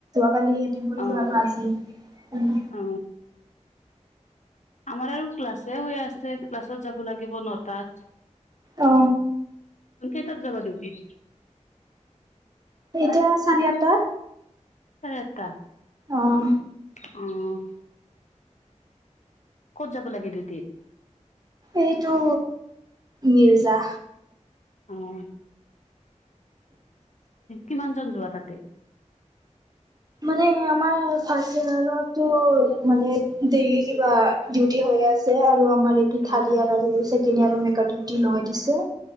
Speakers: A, on the right (about 30°); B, on the left (about 70°).
A: কালি <unintelligible> কৰিলো
B: অ
A: আৰু আজি উম,
B: অ আমাৰ আৰু ক্লাছে হৈ আছে ক্লাছত যাব লাগিব নটাত।
A: অ
B: কেইতাত যাবা দেউতিত?
A: এতিয়া চাৰে আঠটা।
B: চাৰে আঠটা?
A: অহ।
B: অঁ', ক'ত যাব লাগে ডিউটিত?
A: এইটো মিৰ্জা।
B: অহ', কিমানজন যোৱা তাতে?
A: মানে আমাৰ ফাৰ্চ ইয়াৰতো মানে ডেইলি কিলা হৈ আছে আৰু আমাৰ এইটো
B: অ
A: থাৰ্ড ইয়াৰ আৰু ছেকেণ্ড ইয়াৰ মেকআপ ডিউটি লগাই দিছে।